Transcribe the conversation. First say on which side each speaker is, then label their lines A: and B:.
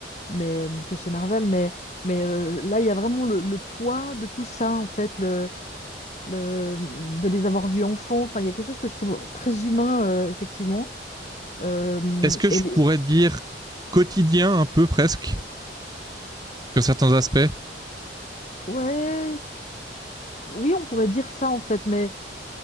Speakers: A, on the left; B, on the right.
A: mais, que chez Marvel, mais, mais euh, là, il y a vraiment le, le poids de tout ça, en fait, le, le, de les avoir vus enfants. Enfin, il y a quelque chose que je trouve très humain, euh, effectivement. Euh,
B: Est-ce que je
A: et les-
B: pourrais dire quotidien un peu presque sur certains aspects
A: Ouais, c- oui, on pourrait dire ça, en fait, mais...